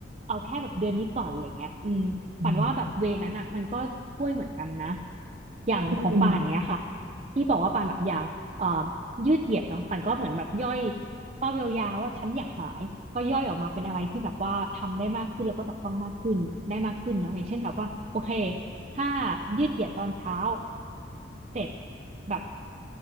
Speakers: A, on the right; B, on the right.
A: เอาแค่แบบเดือนนี้ก่อนอะไรเงี้ยอืม
B: อืม
A: ฝันว่าแบบเวนั้นอ่ะมันก็ช่วยเหมือนกันนะ อย่างของป่านเนี้ยค่ะ
B: อืม
A: ที่บอกว่าป่านแบบอยากเอ่อยืดเหยียดเนาะป่านก็เหมือนแบบย่อยเป้ายาวๆว่าฉันอยากหายก็ย่อยออกมาเป็นอะไรที่แบบว่าทำได้มากขึ้นแล้วก็จับต้องมากขึ้นได้มากขึ้นเนาะอย่างเช่นแบบว่าโอเคถ้ายืดเหยียดตอนเช้าเสร็จแบบ